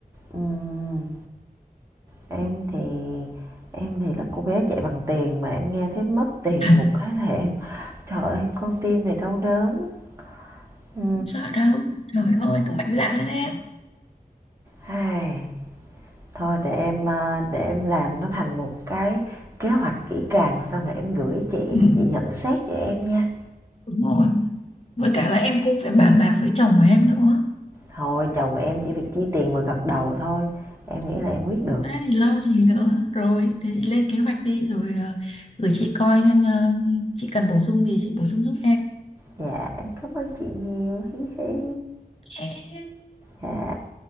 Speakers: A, on the right (about 20°); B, on the left (about 40°).
A: Ừm, em thì em thì là cô bé chạy bằng tiền mà em nghe thấy mất tiền
B: <laughs>
A: một cái là em trời ơi, con tim này đau đớn ừ
B: không sợ đâu trời ơi cứ mạnh dạn lên em
A: ai, thôi để em ờ, để em làm nó thành một cái kế hoạch kỹ càng xong rồi em gửi chị
B: ừ,
A: rồi chị nhận xét cho em nha
B: đúng rồi với cả là em cũng phải bàn bạc với chồng của em nữa
A: thôi chồng em chỉ việc chi tiền và gật đầu thôi em nghĩ là em quyết được
B: thế thì lo gì nữa rồi thế thì lên kế hoạch đi rồi ờ, gửi chị coi xem ờ, chị cần bổ sung gì chị bổ sung giúp
A: Dạ, em cảm ơn chị nhiều. Hi hi.
B: em
A: Dạ.